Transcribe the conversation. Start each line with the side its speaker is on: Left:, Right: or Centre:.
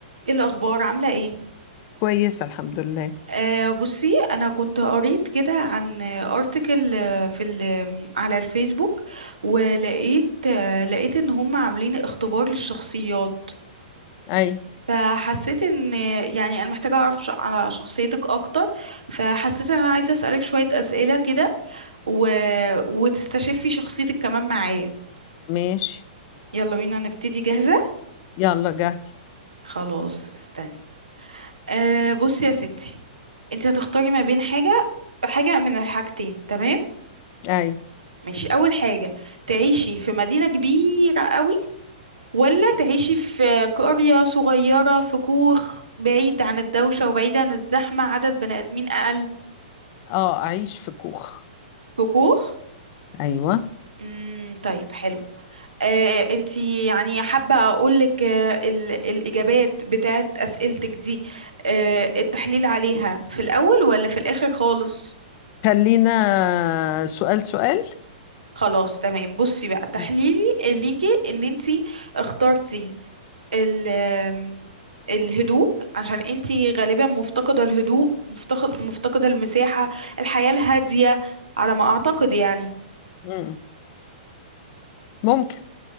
Right: ايه الاخبار عامله ايه
Left: كويسة الحمد لله
Right: آه بصي انا كنت قريت كده عن ارتكل في ال- على الفيسبوك ولقيت آه لقيت ان هم عاملين اختبار للشخصيات
Left: أي
Right: فحسيت ان يعني انا محتاجه اعرف ش- على شخصيتك اكتر فحسيت ان انا عايزه اسالك شويه اسئله كده و... وتستشفي شخصيتك كمان معايا
Left: ماشي
Right: يلا بينا نبتدي جاهزه
Left: يلا جاهزة
Right: خلاص استني آه بصي يا ستي انت هتختاري ما بين حاجه حاجه من الحاجتين تمام
Left: أي
Right: ماشي أول حاجة تعيشي في مدينة كبيرة قوي ولا تعيشي في قرية صغيرة في كوخ بعيد عن الدوشة وبعيد عن الزحمة عدد بني آدمين أقل
Left: أه أعيش في كوخ
Right: في كوخ
Left: أيوة
Right: امم طيب حلو آه انتي يعني حابة أقولك آه ال- الإجابات بتاعت أسئلتك دي آه التحليل عليها في الأول ولا في الآخر خالص
Left: خلينا سؤال سؤال
Right: خلاص تمام بصي بقى تحليلي
Left: ممكن
Right: ليكي ان انتي اخترتي ال آم، الهدوء عشان انتي غالبا مفتقدة الهدوء مفتقد مفتقدة المساحة الحياة الهادية على ما اعتقد يعني
Left: مم. ممكن